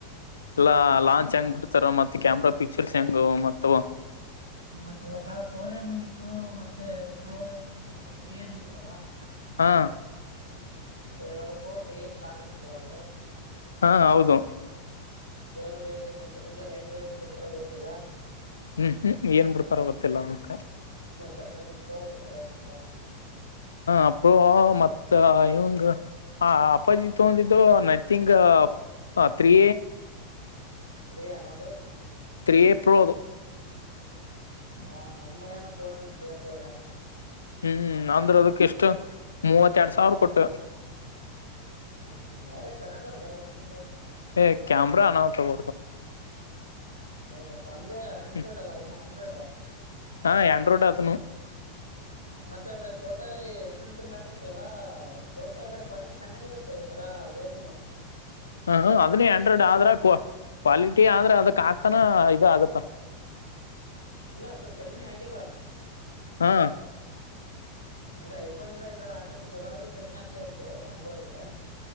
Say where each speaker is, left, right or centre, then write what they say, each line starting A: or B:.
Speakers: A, on the left; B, on the left.
A: ಅಲ್ಲ ಲಾಂಚ್ ಹೆಂಗ್ ಬಿಡ್ತಾರ ಮತ್ತ್ ಕ್ಯಾಮ್ರಾ ಪಿಕ್ಚರ್ಸ್ ಹೆಂಗವ್ ಮತ್ತು
B: ಮತ್ತೆ ಇವಾಗ ಫೋರ್ ಎ ಮುಗಿತ್ತು ಮತ್ತೆ ಫೋರ್ ಎ ಮತ್ತೆ ತ್ರ್ರೀ ಎ ಮುಗಿತ್ <unintelligible>
A: ಹಾ
B: ಮತ್ ಇವಾಗ ಫೋರ್ ಪಿ ಸ್ಟಾರ್ಟಿಂಗ್ ಲೆವೆಲ್
A: ಹಾ ಹೌದು.
B: ಕೋರ್ಬೆಯಲ್ಲಿ ಮತ್ತೆ ಮುಂದೆ ಲೈಟ ಏನ್ ಕೊಡ್ತಾರ ಗೊತ್ತಿಲ್ಲ.
A: ಹ್ಮ್ ಹ್ಮ್ ಏನ್ ಬಿಡ್ತಾರ ಗೊತ್ತಿಲ್ಲ. ಅದಕ್ಕೆ,
B: ಮತ್ತೆ ಅದ್ರಲ್ಲಿ ಪ್ರೊ ಬೀಡ್ತಾರ. ನಂಗ,
A: ಅಪ್ರೋ ಹ ಮತ್ತ ಇಂಗ ಆ ಅಪ್ಪಾಜಿ ತೊಂದಿದ್ದು ನಥಿಂಗ್ ಹಾ ತ್ರಿ.
B: ತ್ರಿ ಅನ್ ಅದು.
A: ತ್ರೀ ಪ್ರೊ ಅದು.
B: ಹಾ ನಮ್ಮ ಅಳಿಯನು ತೋಂಡನ್ ತ್ರಿ ಪ್ರೊ ನೇ ಅದು ನು.
A: ಹ್ಮ್ ಅಂದ್ರ ಅದಕ್ ಎಸ್ಟು ಮೂವತ್ತ ಎರಡ್ ಸಾವಿರ ಕೊಟ್ಟ.
B: ಹ್ಮ ಆದ್ರೆ ಚೆನ್ನಾಗಿ ಬರುತ್ತಲ್ಲ ನಥಿಂಗ್.
A: ಹ ಕ್ಯಾಮರ ಅನಾವ್ತ <unintelligible>
B: ಹೌದಪ್ಪಾ ಅಂದ್ರೆ ಆಂಡ್ರಾಯ್ಡ್,
A: ಹ್ಮ್
B: ಅಲ್ಲ ಅದನು ಆಂಡ್ರಾಯ್ಡ್,
A: ಹಾ ಆಂಡ್ರಾಯ್ಡ್ ಅದನು
B: ಮತ್ತೆ ಅದ್ರಲ್ಲಿ ಫೋಟೋ ಅಲ್ಲಿ ಎಂಟ್ರೆಸ್ <unintelligible> ಹಾಕತಿವಲ್ಲಾ ಫೋಟೋ ಎಲ್ಲ ಕ್ವಾಲಿಟಿ ಚೆನ್ನಾಗಿರುತ್ತೆ. ಈ ತರ, <unintelligible>
A: ಹ ಅದನ್ನೇ ಆಂಡ್ರೈಡ್ ಆದ್ರ, ಕ್ವಾಲಿಟಿ ಆದ್ರೆ ಅದಕ್ ಹಾಕ, ಕಣ ಇದು ಆಗುತ್ತೆ.
B: ಇಲ್ಲ ಅಷ್ಟೊದು ಕಡಿಮೆ ಆಗಿಲ್ಲ.
A: ಹಾ,
B: ಅಂದ್ರ ಐಫೋನ್ ಇಂದ ಇದರ <unintelligible> ಕಡಿಮೆ ಆಗ್ತ ಇತತ್ತು ಆಂಡ್ರಾಯ್ಡ್ಗೆ.